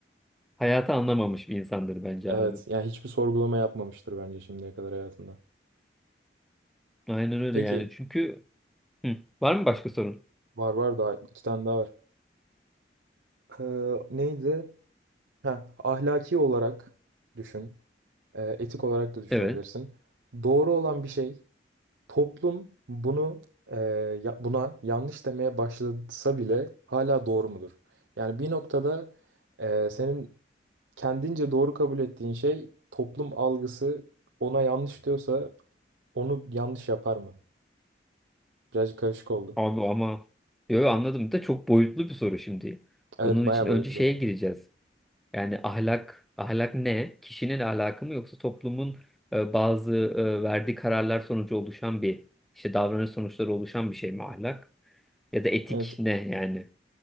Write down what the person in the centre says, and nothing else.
hayatı anlamamış bir insandır bence
abi.
Aynen öyle
yani çünkü Hı, var mı başka sorun?
Evet.
Abi ama yo, yo, anladım da çok boyutlu bir soru şimdi.
Bunun
için önce
şeye gireceğiz. Yani ahlak ahlak ne? Kişinin ahlakı mı yoksa toplumun e, bazı e, verdiği kararlar sonucu oluşan bir işte davranış sonuçları oluşan bir şey mi ahlak? Ya da etik
ne yani?